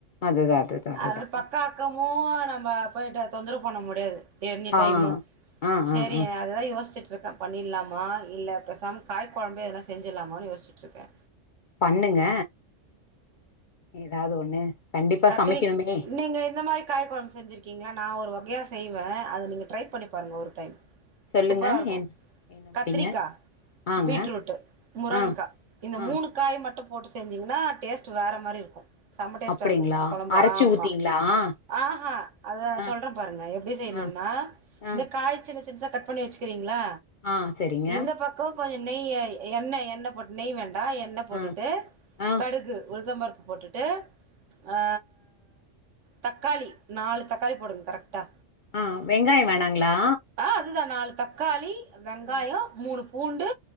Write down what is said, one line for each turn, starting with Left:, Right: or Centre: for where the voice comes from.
Left: அதுதா அதுதா அதுதா
Right: அதனால பக்கா பக்கமு நம்ம போய்ட்டு தொந்தரவு பண்ண முடியாது எனி
Left: ஆ
Right: டைமு
Left: ஆ
Right: சேரி
Left: ஆ ஆ
Right: அதா யோசிச்சிட்டு இருக்கே பண்ணிட்லாமா இல்ல பேசாம காய் கொழம்பு எதுனா செஞ்சிரலாமான்னு யோசிச்சிட்ருக்க
Left: பண்ணுங்க ஏதாவது ஒண்ணு கண்டிப்பா
Right: கத்திரிக்
Left: சமைக்கணுமே
Right: நீங்க இந்த மாரி காய் கொழம்பு செஞ்சிருக்கீங்களா நா ஒரு வகையா செய்வே அது நீங்க ட்ரை பண்ணி பாருங்க ஒரு டைம்
Left: சொல்லுங்க
Right: சூப்பரா இருக்கு
Left: என் என்ன மாறீங்க
Right: கத்திரிக்கா
Left: ஆங்க
Right: பீட்ரூட்டு முரங்கா
Left: ஆ
Right: இந்த
Left: ஆ
Right: மூணு காய் மட்டும் போட்டு செஞ்சிங்ன்னா டேஸ்ட் வேற மாரி இருக்கு செம்ம டேஸ்ட்டா
Left: அப்டிங்களா
Right: இருக்கு கொழம்பு
Left: அரச்சு
Right: ஆமா
Left: ஊத்தீங்களா
Right: ஆஹா அத
Left: ஆ
Right: சொல்றே பாருங்க எப்டி செய்யணும்னா
Left: ஆ ஆ
Right: இந்த க காய் சின்ன சின்னதா கட் பண்ணி வச்சுக்கிறீங்களா
Left: ஆ சரிங்க
Right: இந்த பக் கோ கொஞ்சோ நெய் எண்ணெ எண்ண போட்டு நெய் வேண்டா என்ணெ போட்டுட்டு
Left: ஆ ஆ
Right: கடுகு உள்சம்பருப்பு போட்டுட்டு ஆ தக்காளி நாலு தக்காளி போடுங்க கரெக்டா
Left: ஆ வெங்காய வேணாங்களா
Right: ஆ அதுதா நாலு தக்காளி வெங்காயோ
Left: ம்
Right: மூணு பூண்டு